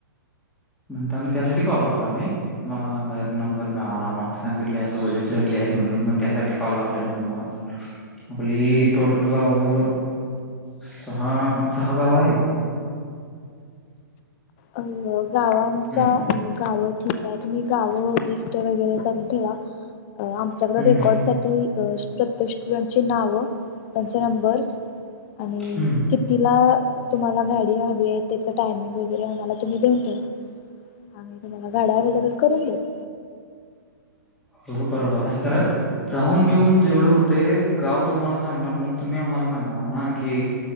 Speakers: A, in the centre; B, on the left (about 40°).
A: म्हणतां मंग त्यांसाठी कॉल लावलां मी मलां बाहेरूंन नंबर
B: हा
A: मिळांला मलां सांगितले असं बजे फ्रेंडली आहेतं म्हणूंन मं त्यांसाठी कॉल लावलेला
B: हा.
A: तुम्हांला आपली टोटल गावं सहा सहा गावं आहेतं
B: अं गावांचा
A: हम्म
B: गावं ठीक आहे तुम्हीं गावं लिस्ट वगैरें करूंन ठेवां आमच्याकडे
A: हम्म
B: रेकॉर्ड प्रत्येक स्टुडंटची नांव त्यांचे नंबर आणि
A: हम्म
B: क तिलां तुम्हांला गांडी हवी आहे त्याचं टायमिंग वगैरें मलां तुम्हीं देऊंन ठेवा आम्हीं तुम्हांला गाड्यां अव्लेबल करूंन देतं
A: हं हो बरोबर आहे खरं जाऊंन येऊंन जेवढे होते गावं तुम्हांला सांगणार मंग तुम्हीं आम्हांला सांगणार नां कि